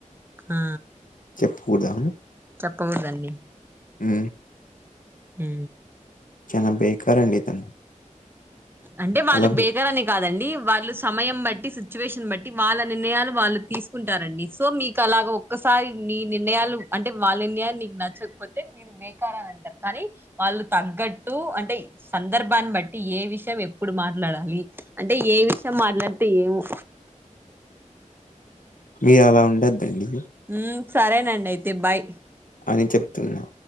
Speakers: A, on the right; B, on the left.
A: ఆ.
B: చెప్పుకుదా.
A: చెప్పగుడదండి.
B: ఉ.
A: హ.
B: చనా బేకారండి తను.
A: అంటే వాళ్ళు
B: అలా
A: బేకరని. కాదండి వాళ్ళు సమయం బట్టి సిచ్యువేషన్ బట్టి వాళ్ళ నిర్ణయాలు వాళ్ళు తీసుకుంటారండి సో మీకు అలాగో. సాయి నీ నిర్ణయాలు అంటే వాళ్ళ నిర్ణయాలు నీకు నచ్చకపోతే మీరు బేకార అని అంటారు కానీ. వాళ్ళు తగ్గట్టు అంటే సందర్భాన్ని బట్. ఏ విషయం ఎప్పుడు మాట్లాడాలి అంటే ఏ విషయం మాట్లాడితే ఏమో.
B: మీరు అలా ఉండద్దండీ
A: ఉమ్ సరేనండి అయితే బాయ్
B: అని చెప్తున్నా